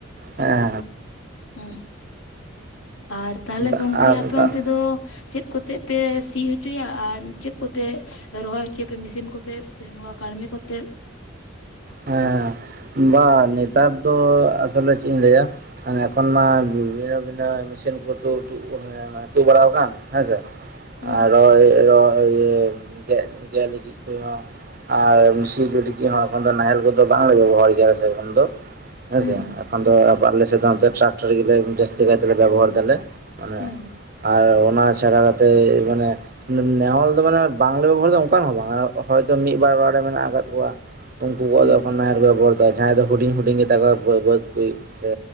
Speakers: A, on the right (about 45°); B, on the left (about 75°).
A: ᱦᱮᱸ᱾
B: ᱦᱮᱸ᱾ ᱟᱨ ᱛᱟᱦᱚᱞᱮ
A: ᱫᱟᱜ
B: ᱜᱚᱝᱠᱮ
A: ᱟᱨ
B: ᱟᱯᱮ
A: ᱫᱟᱜ
B: ᱚᱱᱛᱮ ᱫᱚ ᱪᱮᱫ ᱠᱚᱛᱮ ᱯᱮ ᱥᱤ? ᱦᱚᱪᱚᱭᱟ ᱟᱨ ᱪᱮᱫ ᱠᱚᱛᱮ ᱨᱚᱦᱚᱭ ᱦᱚᱪᱚᱭᱟᱯᱮ ᱢᱮᱥᱤᱱ ᱠᱚᱛᱮ ᱥᱮ ᱱᱚᱣᱟ ᱠᱟᱹᱲᱢᱤ ᱠᱚᱛᱮ?
A: ᱦᱮᱸ ᱵᱟ ᱱᱮᱛᱟᱨ ᱫᱚ ᱟᱥᱚᱞᱮ ᱪᱮᱜ ᱤᱧ ᱞᱟᱹᱭᱟ ᱮᱠᱷᱚᱱ ᱢᱟ ᱵᱤᱵᱷᱤᱱᱚ ᱵᱷᱤᱱᱟᱹ ᱢᱮᱥᱤᱱ ᱠᱚ ᱛᱩᱫᱩᱜ <unintelligible> ᱵᱟᱲᱟᱣ ᱠᱟᱱ ᱦᱮᱸᱥᱮ <unintelligible>
B: ᱦᱩᱸ
A: ᱹ ᱜᱮᱫ ᱜᱮᱫ ᱞᱟᱹᱜᱤᱫ ᱠᱚᱦᱚᱸ ᱟᱨ <unintelligible> ᱡᱩᱴᱤᱜ ᱦᱚᱸ ᱮᱠᱷᱚᱱ ᱫᱚ ᱱᱟᱦᱮᱞ ᱠᱚᱫᱚ ᱵᱟᱝᱞᱮ ᱵᱮᱵᱚᱦᱟᱨ ᱜᱮ᱾ ᱥᱮᱨᱚᱠᱚᱢ ᱫᱚ ᱦᱮᱸᱥᱮ
B: ᱦᱩᱸ
A: ᱮᱠᱷᱚᱱ ᱫᱚ
B: ᱦᱩᱸ
A: ᱟᱞᱮ ᱥᱮᱫ ᱴᱨᱟᱠ ᱴᱟᱠᱴᱚᱨ ᱜᱮᱞᱮ ᱡᱟᱹᱥᱛᱤ ᱠᱟᱭ ᱛᱮᱞᱮ ᱵᱮᱵᱚᱦᱟᱨ ᱫᱟᱞᱮ᱾ ᱢᱟᱱᱮ
B: ᱦᱩᱸ
A: ᱟᱨ ᱚᱱᱟ ᱪᱷᱟᱲᱟ ᱠᱟᱛᱮᱫ ᱢᱟᱱᱮ ᱱᱟᱦᱮᱞ ᱫᱚ ᱢᱟᱱᱮ ᱵᱟᱝᱞᱮ ᱵᱮᱵᱚᱦᱟᱨ ᱫᱚ ᱚᱱᱠᱟᱱ ᱦᱚᱸ ᱵᱟᱝ᱾ ᱦᱚᱭᱛᱳ ᱢᱤᱫᱵᱟᱨ ᱚᱲᱟᱜ ᱨᱮ ᱢᱮᱱᱟᱜ ᱟᱠᱟᱫ ᱠᱚᱣᱟ᱾ ᱩᱱᱠᱩ ᱠᱚᱣᱟᱜ
B: ᱦᱩᱸ
A: ᱫᱚ ᱮᱠᱷᱚᱱ ᱱᱟᱦᱮᱞ ᱠᱚ ᱵᱮᱵᱚᱦᱟᱨ ᱮᱫᱟ᱾ ᱡᱟᱦᱟᱸᱭ ᱫᱚ ᱦᱩᱰᱤᱧ ᱦᱩᱰᱤᱧ ᱜᱮᱛᱟ ᱠᱚᱣᱟ ᱵᱟᱹᱫ ᱠᱚ ᱥᱮ